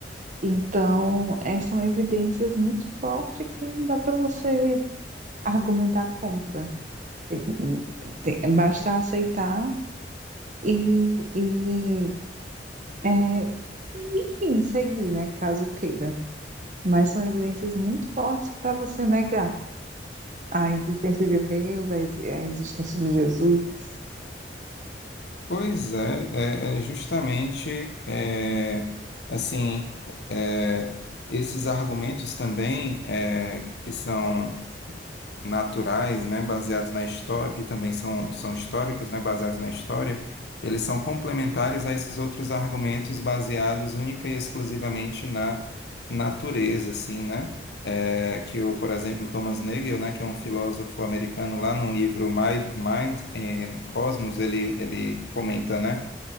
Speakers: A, on the right; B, on the left.
A: Então, é, são evidências muito fortes que não dá para você argumentar contra. Tem- tem- basta aceitar e, e, é, e, enfim, seguir, né, caso queira. mas são evidências muito fortes para você negar a existência de Deus, a, exi- a existência de Jesus.
B: Pois é, é, é justamente é, assim é, esses argumentos também é, que são naturais, né, baseados na história e também são, são históricos, né, baseados na história, eles são complementares a esses outros argumentos baseados única e exclusivamente na natureza, assim, né? É, que o, por exemplo, Thomas Nagel, né, que é um filósofo americano, lá num livro Mind, Mind and Cosmos, ele, ele comenta, né?